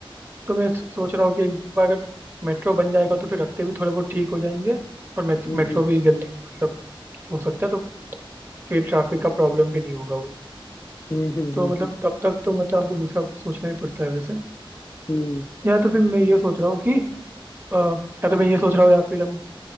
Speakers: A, on the right; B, on the left.
A: तो मैं सो- सोच रहा हूँ कि एक बार अगर मेट्रो बन जाएगा तो फिर रास्ते भी थोड़े बहुत ठीक हो जाएंगे और मेट-
B: हम्म
A: मेट्रो
B: हम्म
A: भी जल्दी मतलब हो सकता है तो फिर ट्रैफिक का प्रॉब्लम भी नहीं होगा वो
B: हम्म हम्म
A: तो
B: हम्म
A: मतलब
B: हम्म,
A: तब तक तो मतलब हमको दूसरा कुछ सोचना ही पड़ता है वैसे
B: हम्म।
A: या तो फिर मैं ये सोच रहा हूँ कि अ, या तो मैं ये सोच रहा हूँ या फिर हम